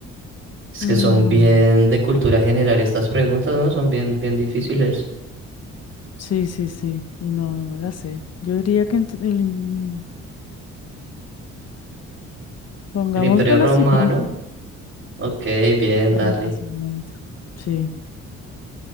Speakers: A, on the right (about 40°); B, on the left (about 55°).
A: Es
B: Mm,
A: que son bien de cultura general estas preguntas, ¿no? Son bien, bien difíciles.
B: sí, sí, sí. Y no, no me la sé. Yo diría que ent- el- pongamos
A: ¿El Imperio
B: Renacimiento.
A: Romano? Ok, bien,
B: Renacimiento.
A: dale.
B: Sí.